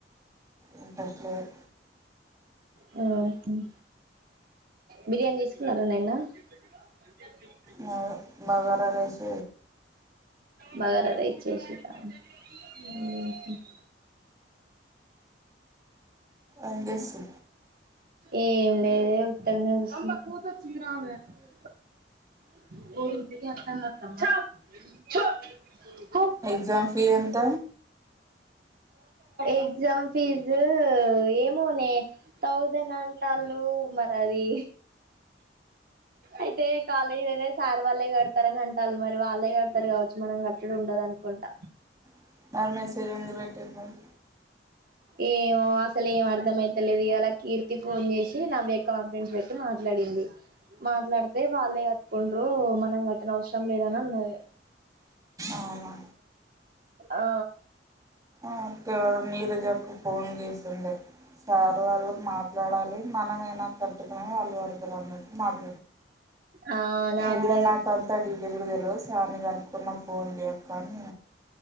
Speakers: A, on the right; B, on the right.
A: ఇంట్రెస్ట్ లేదు
B: హమ్ బిర్యానీ తీసుకున్నారా నిన్న <unintelligible>
A: అవును బగార రైస్
B: బగార రైస్ చేసిరా <unintelligible>
A: ఏం చేస్తూ
B: ఏం లేదే ఉత్తగనే కూర్చున్న <unintelligible> <unintelligible>
A: ఎగ్జామ్ ఫీజ్ ఎంత?
B: ఎగ్జామ్ ఫీజు ఏమో నే థౌజండ్ అంటాల్లు మరి, అది అయితే కాలేజీలోనే సార్ వాళ్ళే కడతారని అంటారు మరి వాళ్ళే కడతారు కావచ్చు. మనం కట్టడు ఉండదు అనుకుంటా.
A: <unintelligible> ఇది ఎందుకు పెట్టిర్రు మరి
B: ఏమో అసలు ఏం అర్ధం అయితలేదు. ఇయా లా కీర్తి ఫోన్ చేసి నవ్య కాన్ఫరెన్స్ పెట్టి మాట్లాడింది. మాట్లాడితే వాళ్ళే కట్టుకుండ్రు మనం కట్టిన అవసరం లేదని అన్నది
A: అవునా
B: ఆ
A: అక్క ఎవరు నీరజక్క ఫోన్ చేసింది. సారు వాళ్ళకి మాట్లాడాలి, మనమేనా కట్టేది. హ అందువల్ల మాట్
B: ఆ నాకు
A: ఏమో
B: కూడా అదే
A: నాక అంతా డీటెయిల్ గా తెల్వదు సార్ నీ కనుక్కొని. అన్న ఫోన్ చేయ కానీ